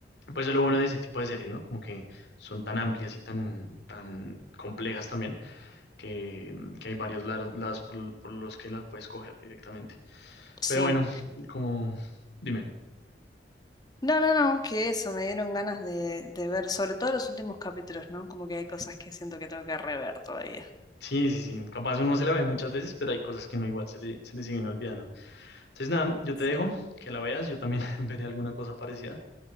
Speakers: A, on the left; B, on the left.
A: pues es lo bueno de ese tipo de series, ¿no? Como que son tan amplias y tan, tan complejas también, que, que hay varios lados, lados por, por los que las puedes coger directamente.
B: sí.
A: Pero bueno, como, dime,
B: No, no, no, que eso, me dieron ganas de, de ver, sobre todo los últimos capítulos, ¿no? Como que hay cosas que siento que tengo que rever todavía.
A: sí, sí, sí, capaz uno se la ve muchas veces, pero hay cosas que uno igual se le, se le siguen olvidando. Entonces nada, yo
B: Sí.
A: te dejo que la veas, yo también <laughs> veré alguna cosa parecida.